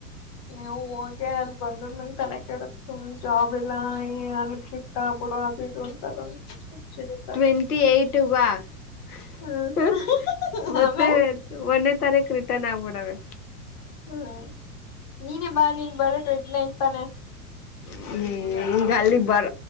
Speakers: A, on the left; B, on the left.
A: ನೀವು ಹೋಗ ಅಲ್ಲಿ ಬಂದ್ರ ನಂಗ ತಲೆ ಕೆಡತ್ ಸುಮ್ ಜಾಬ್ ಇಲ್ಲ ಅಲ್ಲಿತಾ ಬಿುಡು ಆಬಡು ಅಂತಾರ ಚಿರಿತಾರ
B: <unintelligible>
A: ಹ್ಮ್
B: ಮತ್ತೆ
A: ಆಮೇಲೆ
B: ಒಂದೇ ತಾರೀಕು ರಿಟರ್ನ್ ಆಗ್ಬಿಡವೆ
A: ಹ್ಮ್ ನೀನೇ ಬಾ ನೀನ್ ಬರ ಟ್ವೆಂಟಿ ನೈನ್ತ್ ತಾನೆ
B: ಹ್ಮ ಈಗ ಅಲ್ಲಿಗ್ ಬರ